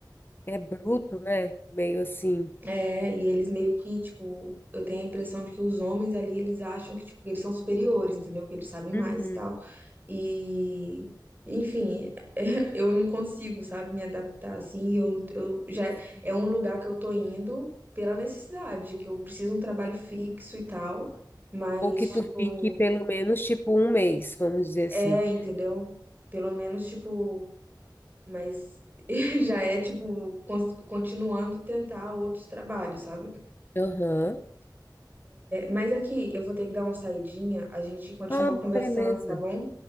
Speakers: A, on the left; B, on the right.
A: É bruto, né? Meio assim.
B: É, e eles meio que, tipo, eu tenho a impressão de que os homens ali, eles acham que, tipo, que eles são superiores, entendeu? Que eles sabem mais
A: Uhum.
B: e tal. E, enfim, <laughs> eu não consigo, sabe, me adaptar assim. Eu, eu já
A: Sim,
B: é um lugar que eu tô indo pela necessidade, que eu preciso de um trabalho
A: sim.
B: fixo e tal, mas,
A: Ou que
B: tipo,
A: tu fique pelo menos, tipo, um mês, vamos dizer assim.
B: é, entendeu? Pelo menos, tipo, mas <laughs> já é, tipo, cons- continuando tentar outros trabalhos, sabe?
A: Aham.
B: Mas aqui eu vou ter que dar uma saidinha, a gente continua
A: Ah,
B: conversando,
A: beleza.
B: tá bom?